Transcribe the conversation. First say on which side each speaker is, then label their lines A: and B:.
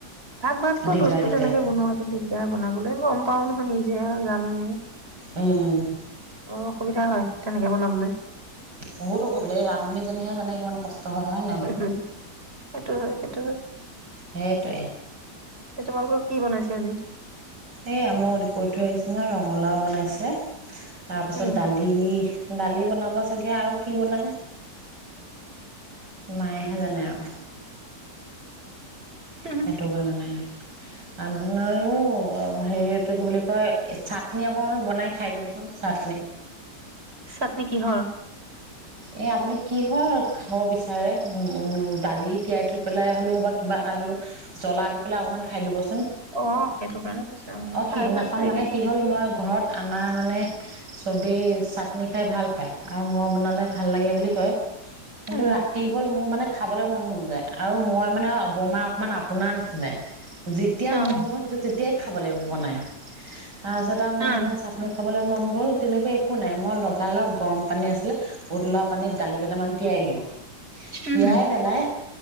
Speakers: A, on the right; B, on the right.
A: ভাগ ভাগকৈ
B: আৰু দিগদাৰ
A: বস্তু
B: দিগদাৰ
A: তেনেকে বনোৱাটো দিগদাৰ বনাবলৈ গম পাওঁ নহয় নিজে আৰু জানো।
B: উম
A: বৰ অসুবিধা হয় তেনেকে বনাবলৈ
B: বহুত অসুবিধা এই ৰান্ধনীজনীয়েহে জানে কিমান কষ্ট হয় হয় নাই বাৰু
A: উম, সেইটো হয়। সেইটো হয়।
B: সেইটোৱয়ে
A: এ তোমালোকৰ কি বনাইছে আজি
B: এই আ মই কৈ থৈ আহিছে ন ৰ লাও বনাইছে। তাৰ পিছত
A: উম
B: দালি দালি বনাব চাগে আৰু কি বনাই। মায়েহে জানে আৰু।
A: উম
B: সেইটো কাৰণে আপোনাৰও হেৰিটো কি বুলি কয় চাটনি অকণমান বনাই খাই দিবচোন চাটনি
A: চাটনি কিহৰ
B: এ আপুনি কি হৰ খাব বিচাৰে উমম দালি তিয়াই থৈ পেলাই হলেও বা কিবা এটা হলেও জ্বলা দি পেলাই অকনমান খাই দিবচো ন'
A: অ সেইটো কাৰণে কৈছো অ খাই
B: সিদিনাখন
A: আছো এইকেইদিন
B: মানে কি হ'ল মই ঘৰত আমাৰ মানে চবেই চাটনি খাই ভাল পায় আৰু মই বনালে ভাল লাগে বুলি কয়। কিন্তু
A: উম
B: ৰাতি হ'ল মোৰ মানে খাবলৈ মন <unintelligible> আৰু মই মানে বৰমা অকণমান আপোনাৰ নাই যেতিয়া
A: অ
B: মন যম তেয়া তেতিয়াই খাব লাগিব বনাই। তাৰপিছত আৰু মোৰ
A: অ
B: সেইদিনা চাটনি খাবলৈ ম গ'ল তেনেকুৱা একো নাই মই লগা লগ গৰম পানী আছিলে উতলোৱা পানীত দালি কেইটামান তিয়াই দিলোঁ।
A: উম
B: তিয়াই পেলাই